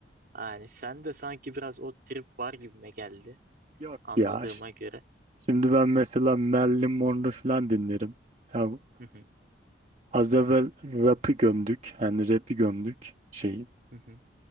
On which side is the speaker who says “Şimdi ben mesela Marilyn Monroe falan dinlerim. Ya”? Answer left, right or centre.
Right